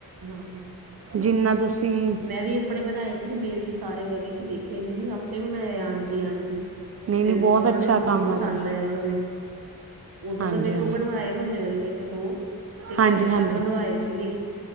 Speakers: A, on the right (about 80°); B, on the right (about 45°).
A: ਹਾਂ।
B: ਜੀਨਾ ਤੁਸੀਂ
A: ਮੈਂ ਵੀ ਆਪਣੇ ਬਣਾਏ ਸੀ ਮੇਰੇ ਸਾਰੇ ਗਲੀ ਚ ਦੇਖੇ ਮੈਨੀ ਆਪੇ ਬਣਾਏ ਹਾਂਜੀ-ਹਾਂਜੀ।
B: ਨਹੀਂ
A: ਤੇ
B: ਨਹੀਂ ਬਹੁਤ
A: ਓਨਾਂ
B: ਅੱਛਾ
A: ਨੂੰ ਵੀ ਬੌ
B: ਕੰਮ
A: ਪਸੰਦ
B: ਹੈ ਤੁਹਾਡਾ
A: ਆਏ ਓਨਾਂ ਨੂੰ ਵੀ। ਉਦਾਂ
B: ਹਾਂਜੀ
A: ਤਾਂ, ਮੇਰੇ
B: ਹਾਂਜੀ
A: ਕੋਲ ਬਣਵਾਏ ਮਹੱਲੇ ਵਾਲੇ ਨੇ ਇੱਕ ਦੋ ਤੇ ਇੱਕ
B: ਹਾਂਜੀ
A: ਐਕਸਟਰਾ
B: ਹਾਂਜੀ
A: ਬਣਵਾਏ ਸੀਗੇ।